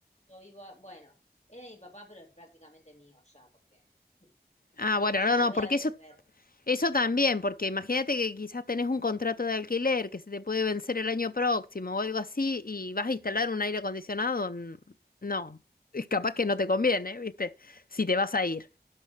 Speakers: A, on the left; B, on the left.
A: yo vivo, a- bueno, es de mi papá, pero es prácticamente mío ya, porque <laughs>
B: Ah, bueno,
A: no se
B: no,
A: lo
B: no,
A: voy
B: porque
A: a devolver.
B: eso, eso también, porque imagínate que quizás tenés un contrato de alquiler que se te puede vencer el año próximo o algo así y vas a instalar un aire acondicionado. n- No, es capaz que no te conviene, ¿viste? Si te vas a ir,